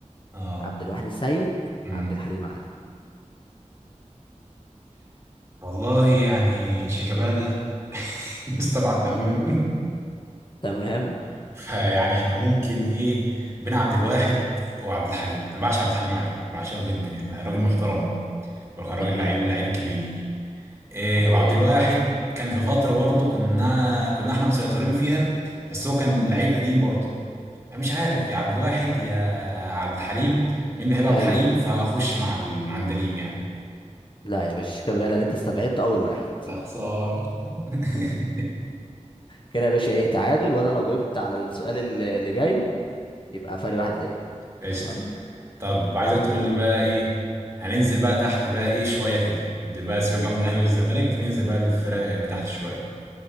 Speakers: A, on the right; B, on the left.
A: اه
B: عبد الواحد السيد
A: امم
B: عبد الحليم علي
A: والله يعني شيكابالا ده <laughs> مستبعد تماما
B: مم. تمام
A: فيعني احنا ممكن ايه بين عبد الواحد وعبد الحليم انا بعشق عبد الحليم علي بعشقه جدا يعني بقى راجل محترم وكان راجل
B: تمام
A: لعيب لعيب كبير إيه
B: حلو
A: وعبد
B: جدا
A: الواحد كان في فتره برضه كنا كنا احنا مسيطرين فيها بس هو كان لعيب قديم برضه فمش عارف يا عبد الواحد يا عبد الحليم مين بيحب عبد
B: حلو
A: الحليم فخش مع العندليب يعني
B: لا يا باشا شيكابالا اللي انت استبعدت اول واحد
A: يا خسارة <laughs>
B: كده يا باشا ايه تعادل وانا لو جبت على السؤال اللي اللي جاي يبقى فرق واحد ليا
A: قشطه
B: تمام
A: طب عايزك تقول لي بقى ايه هننزل بقى تحت بقى ايه شويه كده دي بقى سيبك بقى من الاهلي والزمالك ننزل بقى للفرق اللي تحت شويه